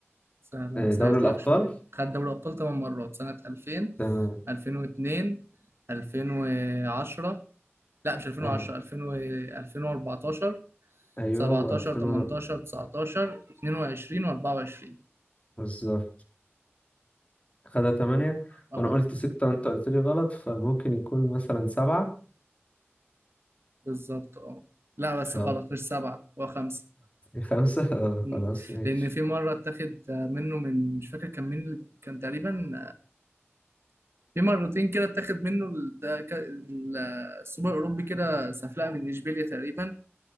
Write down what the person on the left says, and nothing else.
آه،
دوري الابطال
تمام
أي
أيوه
هو 2000
و-
بالظبط خدها 8
وأنا قلت 6 وأنت قلت لي غلط فممكن يكون مثلا 7
طب
5 <laughs>
خلاص ماشي